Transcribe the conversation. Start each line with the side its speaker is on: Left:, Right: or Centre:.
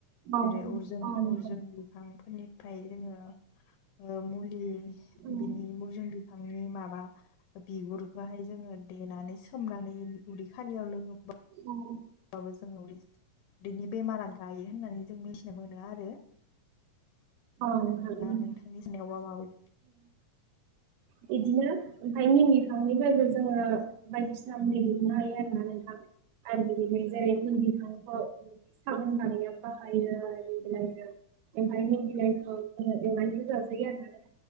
Right: औ
Left: जेरै अरजुन
Right: औ नोंथां
Left: अर्जुन बिफांफोरनिफ्राय जोङो मुलि
Right: उम
Left: बिनि मुरजुन बिफांनि माबा बिगुरखौहाय जोङो देनानै सोमनानै उदै खालियाव लोङो
Right: उम
Left: आबो जोङो बिनि बेमार आ गायो होननानै जों मिथिनो मोनो आरो
Right: औ नोंथां
Left: दा‌
Right: उम
Left: नोंथानि मिथिनायाव माबादि
Right: बिदिनो ओमफ्राय निम बिफांनिफ्रायबो जोङो बायदिसिना मुलि दिहुननो हायो आरो ना नोंथां आरो जारना
Left: उम
Right: <unintelligible> साबोन बानाया बाहायो निम बिलाइ जों एबा निम बिलाइखो जों एवनानिबो जाजायो आरो ना